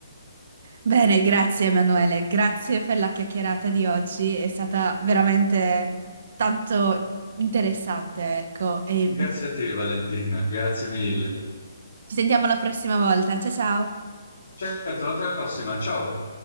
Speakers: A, on the right (about 55°); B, on the left (about 70°).
A: Bene, grazie Emanuele, grazie per la chiacchierata di oggi, è stata veramente tanto interessante, ecco, e
B: Grazie a te, Valentina, <laughs> grazie mille.
A: ci sentiamo la prossima volta. Ciao ciao!
B: Certo, alla prossima, ciao.